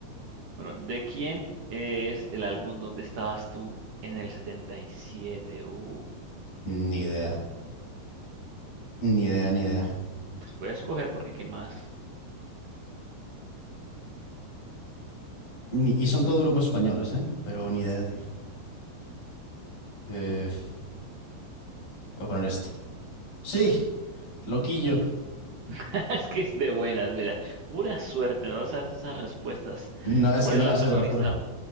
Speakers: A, on the right; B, on the left.
A: Bueno, ¿de quién es el álbum donde estabas tú en el 77? Uh,
B: Ni idea. Ni idea, ni idea.
A: voy a escoger porque qué más.
B: Ni- Y son todos grupos españoles, ¿eh? Pero ni idea, tío. Eh, voy a poner esta. Sí, loquillo.
A: <laughs> Es que es de buenas, mira, pura suerte, no sabes esas respuestas.
B: No, es
A: ¿Cuál
B: que no
A: es
B: la
A: la protagonista?
B: sé, te lo juro.